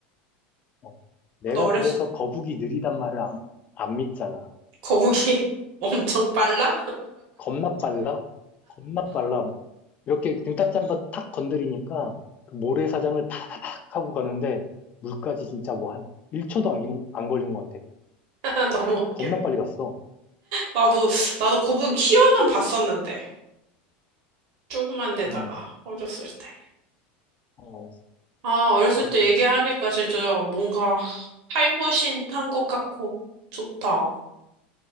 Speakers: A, on the left (about 30°); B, on the right (about 60°).
A: 어. 내가
B: 너 어렸을
A: 그래서 거북이 느리단 말을 안, 안 믿잖아.
B: 거북이 <laughs> 엄청 빨라?
A: 겁나 빨라. 겁나 빨라. 이렇게 등딱지 한번 탁 건드리니까 그 모래사장을 파닥 하고 가는데 물까지 진짜 뭐 한 1초도 안, 긴- 안 걸린 것 같아.
B: <laughs> 너무
A: 겁나
B: 웃겨.
A: 빨리 갔어.
B: 나도, 나도 거북이 키워는 봤었는데. 조그만 데다가,
A: 음,
B: 어렸을 때.
A: 어,
B: 아, 어렸을
A: 그랬어.
B: 때 얘기하니까 진짜 뭔가 타임머신 탄 것 같고, 좋다.